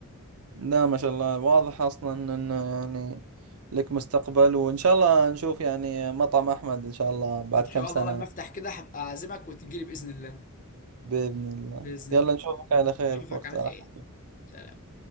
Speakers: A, on the right; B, on the left.
A: لا ما شاء الله واضح اصلا انه يعني لك مستقبل وان شاء الله نشوف يعني مطعم احمد ان شاء الله بعد
B: ان شاء
A: كم سنة
B: الله لما افتح كده هبقى اعزمك وتجيلي باذن الله
A: باذن الله
B: باذن
A: يلا
B: الله
A: نشوفك على خير
B: اشوفك
A: في وقت
B: على
A: آخر
B: خير سلام.